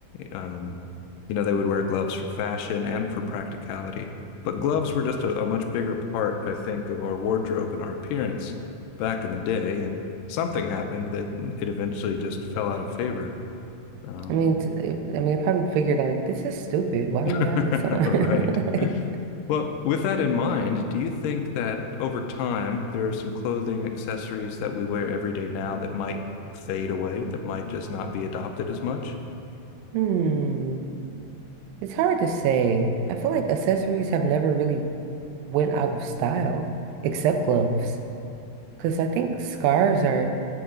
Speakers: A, on the left; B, on the right.
A: um, you know, they would wear gloves for fashion and for practicality. But gloves were just a, a much bigger part, I think, of our wardrobe and our appearance back in the day. And something happened that it eventually just fell out of favor. Um,
B: I mean, t- I mean, they probably figured out, like, this is stupid. Why
A: <laughs>
B: do we have this on?
A: right.
B: <laughs> Like,
A: Well, with that in mind, do you think that over time there are some clothing accessories that we wear every day now that might fade away, that might just not be adopted as much?
B: hmm. It's hard to say. I feel like accessories have never really went out of style, except gloves. Because I think scarves are